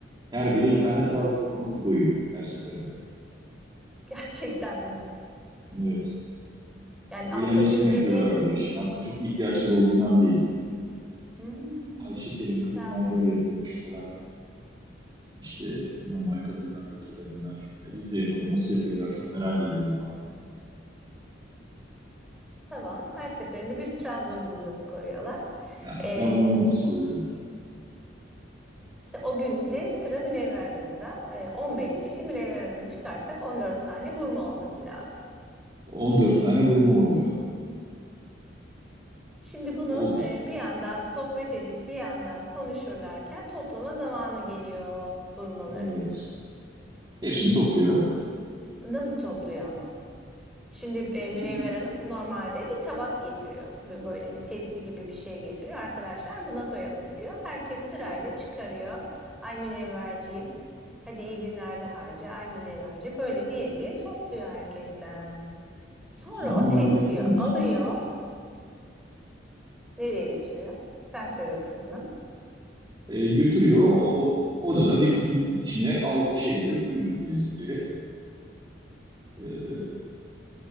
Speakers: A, on the right; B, in the centre.
A: Her biri
B: Hmm,
A: bir tane Trabzon vurması koyuyor her seferinde.
B: <laughs> gerçekten mi?
A: Evet.
B: Yani
A: Eğlencesine
B: altın günü
A: yapıyorlar
B: dediğimiz
A: bu işi. Aslında çok ihtiyaçları olduğundan değil.
B: hmm,
A: Ay şekerim kadınlar
B: Trabzon
A: böyle yapıyormuş falan. İşte normal kadınlar, fakir kadınlar. E, biz de yapalım. Nasıl yapıyorlar? Çok merak ediyorum falan.
B: Tamam. Her seferinde bir Trabzon burması koyuyorlar.
A: Yani
B: Ee,
A: Trabzon vurması koyuyorlar.
B: o gün de sıra Münevver Hanım'da. Ee, 15 kişi Münevver Hanım'ı çıkarsak 14 tane burma olması lazım.
A: 14 tane vurma oluyor.
B: Şimdi bunu
A: O
B: e, bir yandan sohbet edip bir yandan konuşurlarken toplama zamanı geliyor burmaları.
A: evet, hepsini topluyor.
B: E, nasıl topluyor ama? Şimdi e, Münevver
A: Bir kut-
B: Hanım normalde bir tabak getiriyor. Bir- Böyle bir tepsi gibi bir şey getiriyor. Arkadaşlar buna koyalım diyor. Herkes sırayla çıkarıyor. Ay Münevverciğim. Hadi iyi günlerde harca. Ay Münevverci. Böyle diye diye topluyor herkesten. Sonra
A: sonra onları
B: o tepsiyi
A: bir kutunun
B: alıyor. Nereye götürüyor? Sen söyle o kısmını.
A: e, götürüyor. O, o- odada bir kutunun içine al şeyleri koyuyor bilezikleri. E,